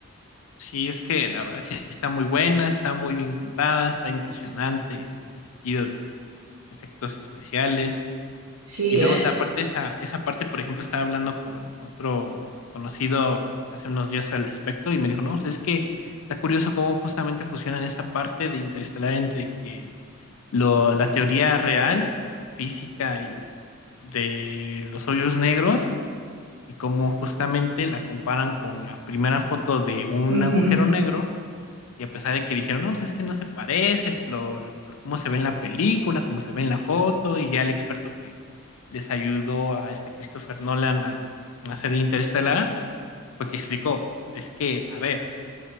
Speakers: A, on the left; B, on the right.
A: Sí, es que la verdad sí está muy buena, está muy bien contada, está impresionante
B: Sí,
A: en el sentido de efectos especiales.
B: sí,
A: Y luego
B: eh
A: ta- aparte esa, esa parte, por ejemplo, estaba hablando con otro conocido hace unos días al respecto y me dijo, no, o sea, es que está curioso cómo justamente fusionan esa parte de Interestelar entre que lo, la teoría real, física y de los hoyos negros y cómo justamente la comparan con la primera foto de un
B: Ujú.
A: agujero negro y a pesar de que dijeron, no, pues es que no se parece, el- lo, cómo se ve en la película, cómo se ve en la foto, y ya el experto que les ayudó a este Christopher Nolan a, a hacer Interestelar, fue que explicó, es que, a ver,